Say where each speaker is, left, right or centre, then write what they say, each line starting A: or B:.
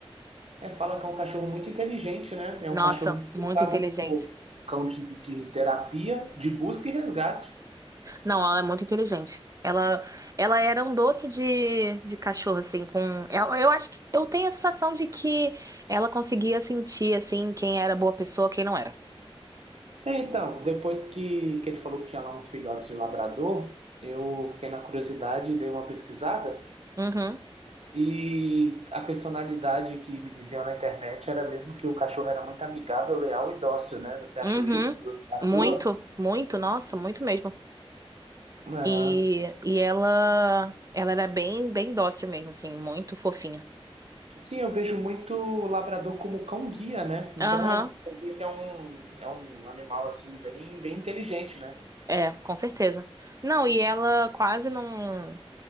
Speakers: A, on the right; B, on the right.
A: É, fala que é um cachorro muito inteligente, né? É
B: Nossa,
A: um cachorro muito
B: muito
A: usado
B: inteligente.
A: como cão de, de- de terapia, de busca e resgate.
B: Não, ela é muito inteligente. Ela, ela era um doce de, de cachorro, assim, com. Eu, eu acho que eu tenho a sensação de que ela conseguia sentir, assim, quem era boa pessoa, quem não era.
A: É, então, depois que, que ele falou que tinha lá uns filhotes de labrador, eu fiquei na curiosidade e dei uma pesquisada.
B: Uhum,
A: E a personalidade que me diziam na internet era mesmo que o cachorro era muito amigável, leal e dócil, né? Você achou
B: uhum.
A: isso da sua?
B: Muito, muito, nossa, muito mesmo.
A: Ah,
B: E, e ela, ela era bem, bem dócil mesmo, assim, muito fofinha.
A: Sim, eu vejo muito o labrador como cão guia, né? Então
B: Aham,
A: é, é um, é um animal assim bem, bem inteligente, né?
B: é, com certeza. Não, e ela quase não.